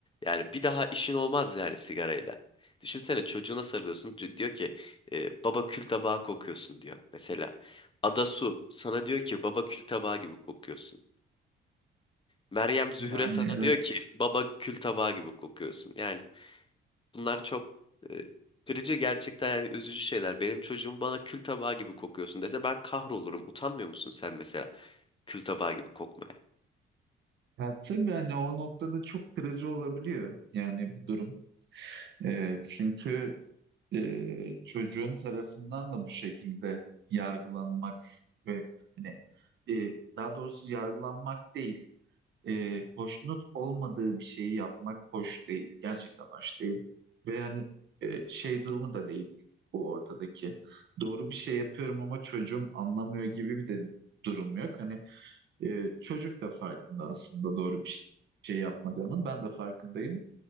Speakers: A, on the left; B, on the right.
A: yani bir daha işin olmaz yani sigarayla. Düşünsene çocuğuna sarılıyorsun. c- Diyor ki e, baba kül tabağı kokuyorsun diyor. Mesela Adasu sana diyor ki baba kül tabağı gibi kokuyorsun. Meryem Zühre
B: Yani
A: sana
B: evet.
A: diyor ki baba kül tabağı gibi kokuyorsun. Yani bunlar çok e, kırıcı gerçekten yani üzücü şeyler. Benim çocuğum bana kül tabağı gibi kokuyorsun dese ben kahrolurum. Utanmıyor musun sen mesela kül tabağı gibi kokmaya?
B: Ya, tabii hani o noktada çok kırıcı olabiliyor. Yani bu durum. Ee, çünkü e, çocuğun tarafından da bu şekilde yargılanmak ve hani e, daha doğrusu yargılanmak değil. e, hoşnut olmadığı bir şeyi yapmak hoş değil. Gerçekten hoş değil. Ve yani e, şey durumu da değil bu ortadaki. Doğru bir şey yapıyorum ama çocuğum anlamıyor gibi bir de durum yok. Hani e, çocuk da farkında aslında doğru bir şey yapmadığımın. Ben de farkındayım.